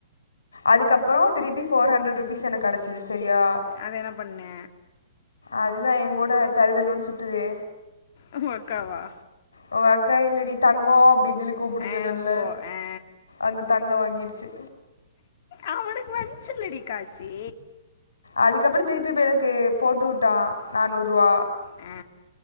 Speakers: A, on the left (about 75°); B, on the left (about 50°).
A: அதுக்கப்பறோ திருப்பி ஃபோர் ஹண்ரட் ருபீஸ் எனக்கு கெடைச்சிது செரியா
B: அத என்ன பண்ண
A: அதுதா எங்கூட தறுதல ஒன்னு சுத்துதே
B: உங்க அக்காவா
A: ஒ அக்கா இல்லடி தங்கோ அப்டிஞ்சொல்லி கூப்புடுஞ்சொன்னல்ல
B: ஆ ஓ ஆ
A: அந்த தங்கம் வாங்கிடிச்சு
B: அவனுக் வன்ச்சுல்டி காசி
A: அதுக்கப்பற திருப்பி பேய் என்னன் கே போட்டு வுட்டா நானூர் ருவா
B: அ